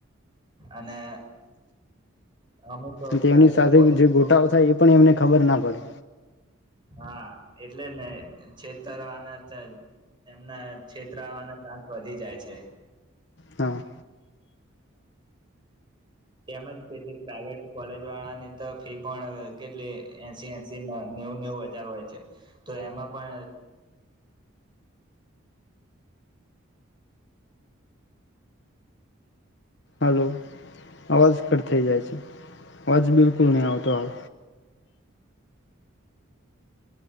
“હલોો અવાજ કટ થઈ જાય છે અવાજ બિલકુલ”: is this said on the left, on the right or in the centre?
Left